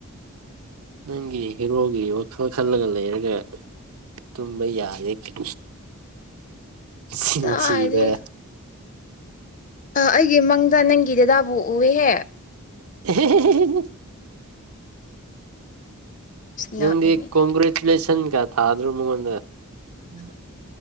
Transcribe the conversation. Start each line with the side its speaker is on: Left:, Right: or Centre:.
Right: ꯅꯪꯒꯤ ꯍꯦꯔꯣꯒꯤ ꯋꯥꯈꯜ ꯈꯜꯂꯒ ꯂꯩꯔꯒ ꯇꯨꯝꯕ ꯌꯥꯔꯦ ꯀ ꯁꯤꯟꯊꯤꯕ
Left: ꯇꯥꯏꯗꯤ
Right: <inaudible>
Left: ꯑꯩꯒꯤ ꯃꯪ ꯑ ꯅꯪꯒꯤ ꯗꯦꯗꯥꯕꯨ ꯎꯑꯦꯍꯦ
Right: <unintelligible> ꯅꯪꯒꯤ
Left: ꯅꯣꯛꯏꯅꯦ
Right: ꯀꯣꯡꯒ꯭ꯔꯦꯁ ꯅ ꯏꯟ ꯀ ꯊꯥꯗ꯭ꯔꯣ ꯃꯉꯣꯟꯗ ꯎꯝ